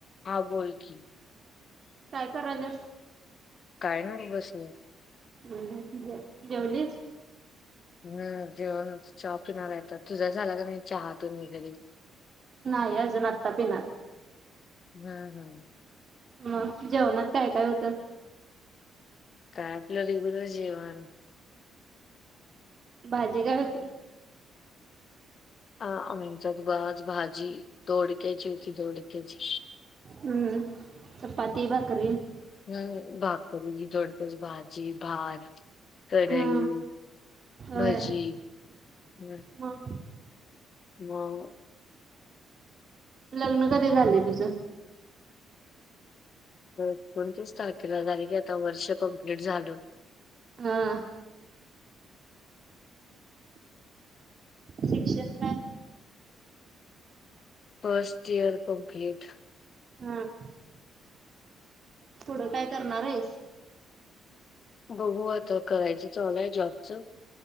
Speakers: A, on the left; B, on the right.
A: हा बोलकी
B: काय करायला
A: काय नाही बस
B: हम् जेवलीस
A: हम जेव्हा शॉपूनतात तुझा झाला का नाही चहातून वगैर
B: नाही अजून आत्ता पिणार
A: हम्म हम्म
B: मग जेवणात काय काय होतं
A: कॅब ल रेग्युलर जवान
B: भाजी घाते
A: अ आच्याात बज भाजी ोडक्याची होती दोडक्याची
B: हम्म चपात बाकरी
A: ह भाकरीी थोडकस भाजी भार कढई
B: हा होय.
A: भजी हम्
B: मग
A: म
B: लग्न कधी झालंय तुझं
A: एकोणतीस तारखेला झाले की आता वर्ष कंप्लीट झाल
B: हा शिक्षण काय
A: फर्स्ट इयर कंप्लीट
B: हम थोडं काय करणार आहेस
A: बघू आता करायचं च आलंय जॉबच